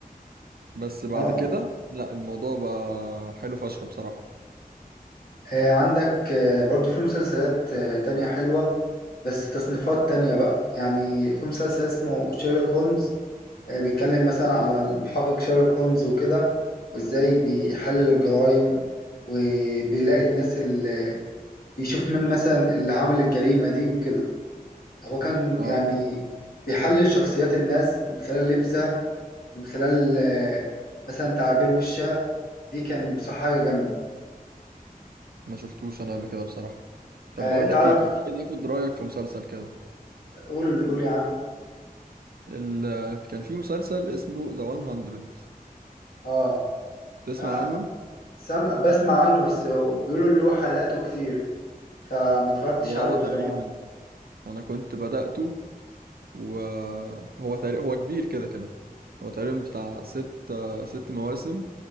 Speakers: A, on the right; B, on the left.
A: بس بعد
B: اه
A: كده لا الموضوع بقى حلو فشخ بصراحة
B: آه، عندك آه، برضو في مسلسلات آه، تانية حلوة بس تصنيفات تانية بقى يعني في مسلسل اسمه شيرلوك هولمز آه، بيتكلم مثلا عن المحقق شيرلوك هولمز وكده وازاي بيحلل الجرائم وبيلاقي الناس اللي بيشوف مين مثلا اللي عمل الجريمة دي وكده هو كان
A: اه
B: يعني بيحلل شخصيات الناس من خلال لبسها من خلال آه، مثلا تعابير وشها دي كان بصراحة حاجة جامدة
A: ما شفتوش انا قبل كده بصراحة طب
B: آه،
A: بقول
B: تعرف
A: لك ايه كنت عايز اخد رأيك في مسلسل كده
B: قول قول يا عم
A: ال... كان في مسلسل اسمه ذا 100
B: اه
A: تسمع
B: آه،
A: عنه
B: سم... بسمع عنه بس هو بيقولوا اللي هو حلقاته كتير فما اتفرجتش
A: هو
B: عليه
A: اه
B: بصراحة
A: تقريبا انا كنت بدأته وهو تقريبا هو كبير كده كده هو تقريبا بتاع ست ست مواسم